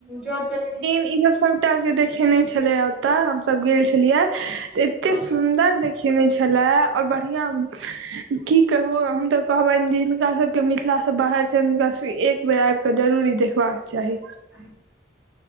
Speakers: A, in the centre; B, on the right.
A: जॉट जटिन के
B: ई सब सबटा के देखेने छले ओतए हम सब गेल छलियए त एते
A: हँ
B: सुंदर देख खुएने छलाह ओर बढ़िया की कहु हम तऽ कहबैन <unintelligible> जे हिनका सब केऊ मिथिला से बाहर छै हुनका सब एक बेर आब के जरूरी ई देखबाक के चाही
A: <inaudible>